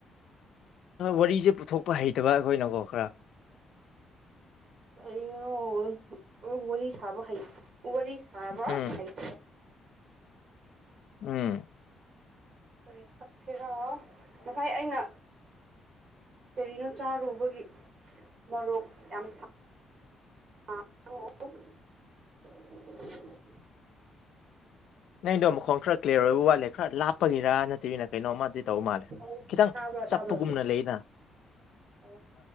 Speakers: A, on the left; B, on the right.
A: ꯋꯥꯔꯤꯁꯦ ꯄꯨꯊꯣꯛꯄ ꯍꯩꯇꯕ ꯑꯩꯈꯣꯏꯅꯀꯣ ꯈꯔ
B: ꯀꯩꯅꯣ <unintelligible> ꯋꯥꯔꯤ ꯁꯥꯕ ꯍꯩ ꯋꯥꯔꯤ ꯁꯥꯕ
A: ꯎꯝ
B: ꯍꯩ <unintelligible>
A: ꯎꯝ
B: ꯀꯔꯤ ꯊꯛꯁꯤꯔꯣ ꯉꯁꯥꯏ ꯑꯩꯅ ꯀꯔꯤꯅꯣ ꯆꯥꯔꯨꯕꯒꯤ ꯃꯔꯣꯛ ꯌꯥꯝ ꯐ ꯍꯂꯣ
A: ꯅꯩꯗꯣ ꯃꯈꯣꯟ ꯈꯔ ꯀ꯭ꯂꯤꯌꯥꯔ ꯑꯣꯏꯕ ꯋꯥꯠꯂꯦ ꯈꯔ ꯂꯥꯞꯄꯒꯤꯔꯥ ꯅꯠꯇꯕꯤꯅ ꯀꯩꯅꯣꯝ ꯑꯃꯥꯗꯤ ꯇꯧ ꯃꯥꯜꯂꯦ
B: ꯑꯣ
A: ꯈꯤꯇꯪ
B: ꯇꯥꯕ꯭ꯔꯣ
A: ꯆꯞꯄꯒꯨꯝꯅ
B: ꯇꯥꯕ꯭ꯔꯣ
A: ꯂꯩꯌ‌ꯦꯅ
B: ꯑꯣ